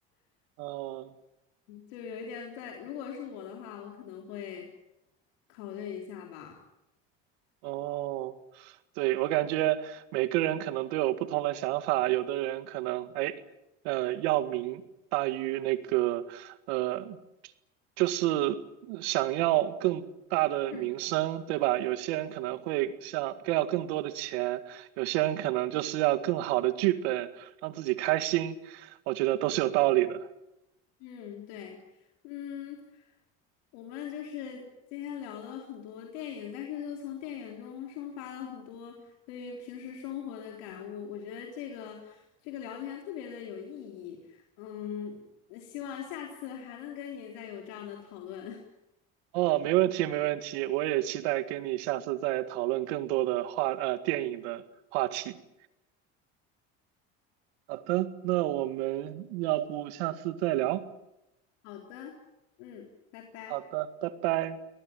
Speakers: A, on the right (about 80°); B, on the left (about 80°).
A: 嗯、
B: 就有一点在，如果是我的话，我可能会考虑一下吧。
A: 哦，对，我感觉每个人可能都有不同的想法，有的人可能哎，呃，要名大于那个，呃，就是想要更大的名声，
B: 是的
A: 对吧？有些人可能会想更要更多的钱，有些人可能就是要更好的剧本，让自己开心，我觉得都是有道理的。
B: 嗯，嗯，对，嗯，我们就是今天聊了很多电影，但是就从电影中生发了很多对于平时生活的感悟。我觉得这个这个聊天特别的有意义。嗯，那希望下次还能跟你再有这样的讨论。
A: 哦，没问题，没问题，我也期待跟你下次再讨论更多的话，呃，电影的话题。好的，那我们要不下次再聊？
B: <laughs> 好的，嗯，拜拜。
A: 好的，拜拜。